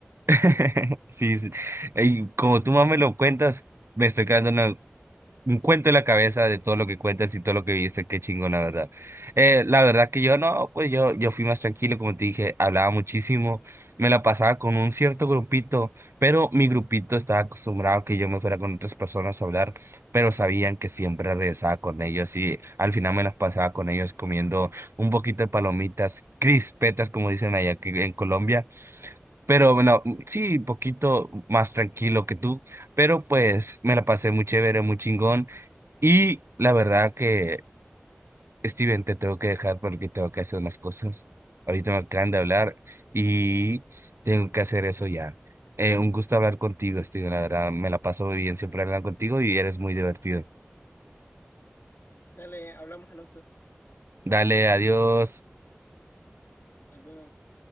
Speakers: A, on the right; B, on the left.
A: <laughs> Sí, sí. Y como tú más me lo cuentas, me estoy quedando un cuento en la cabeza de todo lo que cuentas y todo lo que viste, qué chingón, la verdad. Eh, la verdad que yo no, pues yo, yo fui más tranquilo, como te dije, hablaba muchísimo, me la pasaba con un cierto grupito, pero mi grupito estaba acostumbrado a que yo me fuera con otras personas a hablar, pero sabían que siempre regresaba con ellos y al final me las pasaba con ellos comiendo un poquito de palomitas, crispetas, como dicen allá que- en Colombia, pero bueno, sí, poquito más tranquilo que tú, pero pues me la pasé muy chévere, muy chingón. Y la verdad que, Steven, te tengo que dejar porque tengo que hacer unas cosas. Ahorita me acaban de hablar y tengo que hacer eso ya. Eh, un gusto hablar contigo, Steven. La verdad, me la paso muy bien siempre hablando contigo y eres muy divertido.
B: Dale, hablamos, Alonso.
A: Dale, adiós.
B: Nos vemos.